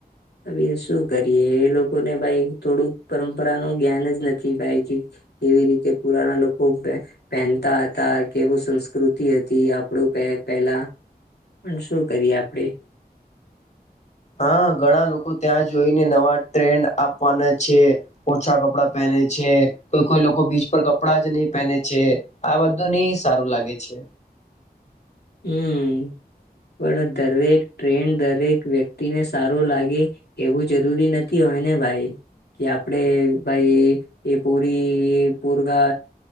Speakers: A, on the left; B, on the left.
A: લએ શું કરીએ એ લોકોને ભ થોડુંક પરંપરા નું જ્ઞાન જ નથી ભાઈ કેવી રીતે પુરાના લોકો પહેનતા હતા કેવું સંસ્કૃતિ હતી આપડું પેલા પણ શું કરીએ આપણેે
B: હા ઘણા લોકો ત્યાં જોઈને નવા ટ્રેન્ડ પાને છે ઓછા કપડાં પહેને છે કોઈ કોઈ લોકો બીચ પર કપડાં જ નહીં પહેને છે આ બધું ની સારું લાગે છે
A: હમ પણ દરેક ટ્રેન્ડ દરેક વ્યક્તિને સારું લાગે એવું જરૂરી નથી હો હને ભાઈ કે આપડે ભાઈ એ પરી પુરગા